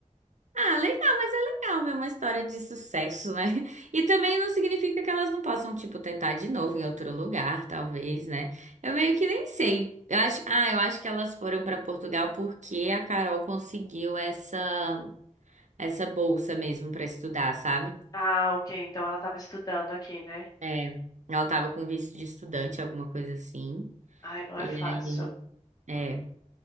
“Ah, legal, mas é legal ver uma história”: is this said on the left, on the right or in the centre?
Right